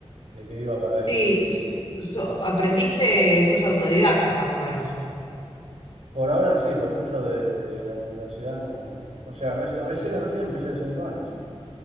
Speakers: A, on the right; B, on the left.
A: de que iba para
B: sí,
A: eso.
B: s-
A: Y,
B: so- aprendiste, sos autodidacta más o menos.
A: Por ahora sí, pues mucho de, de la universidad no. O sea, reci- recién, recién empecé el segundo año, así que